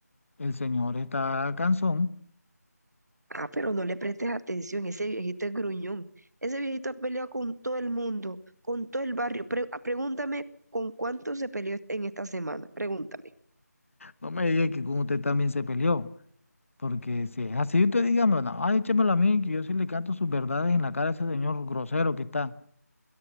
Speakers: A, on the left; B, on the right.
A: el señor está cansón.
B: Ah, pero no le prestes atención, ese viejito es gruñón. Ese viejito ha peleado con todo el mundo, con todo el barrio. Pre- ah, pregúntame con cuánto se peleó est- en esta semana, pregúntame.
A: No me diga que con usted también se peleó, porque si es así, usted dígame, no, ay, échemelo a mí, que yo sí le canto sus verdades en la cara a ese señor grosero que está.